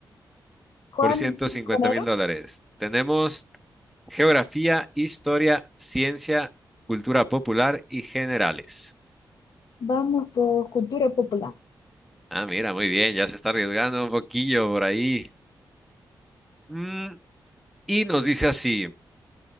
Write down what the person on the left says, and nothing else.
¿Cuál,
cuál
era?
Vamos por cultura popular.